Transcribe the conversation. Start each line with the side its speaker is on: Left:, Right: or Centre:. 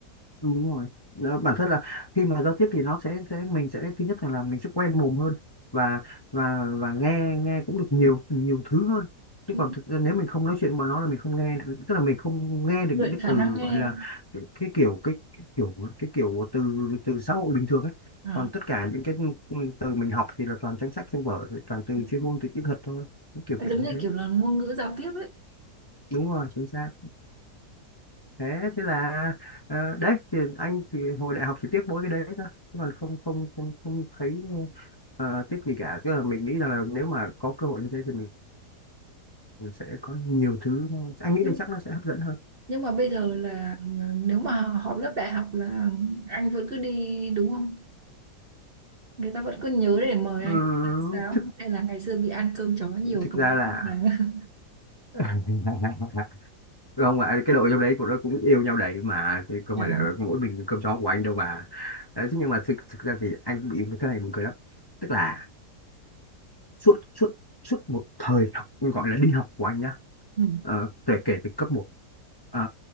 Left: Ừ, đúng rồi Nó, bản thân là khi mà giao tiếp thì nó sẽ sẽ mình sẽ thứ nhất là, là mình sẽ quen mồm hơn và và và nghe nghe cũng được nhiều nhiều thứ hơn chứ
Right: Đúng.
Left: còn thực ra nếu mình không nói chuyện với bọn nó là mình không nghe được, tức là mình không nghe được
Right: Luyện
Left: những cái
Right: khả
Left: từ
Right: năng nghe.
Left: gọi là cái, cái kiểu cái, cái kiểu cái kiểu từ từ xã hội bình thường ấy
Right: À.
Left: còn tất cả những cái từ mình học thì là toàn trong sách trong vở toàn từ
Right: đúng.
Left: chuyên môn từ kỹ thuật thôi Nó kiểu kiểu
Right: Giống
Left: như
Right: như
Left: thế
Right: kiểu là ngôn ngữ giao tiếp ấy
Left: đúng rồi chính xác thế thế là ờ, đấy thì anh thì hồi đại học chỉ tiếc mỗi cái đấy thôi chứ còn không không không không thấy ờ, tiếc gì cả tức là mình nghĩ rằng là nếu mà có cơ hội như thế thì mình mình sẽ có nhiều thứ nó- anh nghĩ
Right: nhưng
Left: là chắc nó sẽ hấp dẫn hơn
Right: nhưng mà bây giờ là nếu mà họp lớp đại học là anh vẫn cứ đi đúng không người ta vẫn cứ nhớ để mời
Left: Ừm,
Right: anh là sao
Left: thực
Right: hay là ngày xưa bị ăn cơm chó nhiều
Left: thực
Right: quá
Left: ra là
Right: nên là <laughs>
Left: <laughs> không ạ cái đội trong đấy của nó cũng yêu nhau đấy mà chứ không
Right: à
Left: phải là mỗi mình cơm chó của anh đâu mà đấy, thế nhưng mà thực thực ra thì anh bị cái thế này buồn cười lắm tức là suốt suốt suốt một thời học gọi là đi học của anh nhá
Right: ừ,
Left: Ờ, kể kể từ cấp một, Ờ,